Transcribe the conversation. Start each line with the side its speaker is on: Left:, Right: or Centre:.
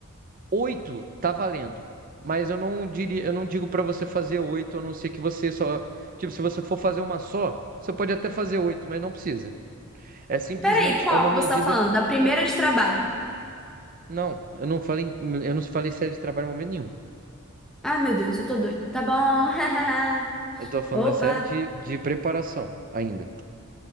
Right: 8 tá valendo. Mas eu não diria, eu não digo para você fazer 8 a não ser que você só, tipo, se você for fazer uma só, você pode até fazer oito mas não precisa. É simplesmente
Centre: Peraí, qual
Right: é uma
Centre: que
Right: medida
Centre: você tá falando? Da primeira de trabalho.
Right: Não, eu não falei, eu não falei série de trabalho em momento nenhum.
Centre: Ah, meu Deus, eu tô doida. Tá bom. <laughs>
Right: Eu tô falando
Centre: Opa.
Right: da série de, de preparação ainda.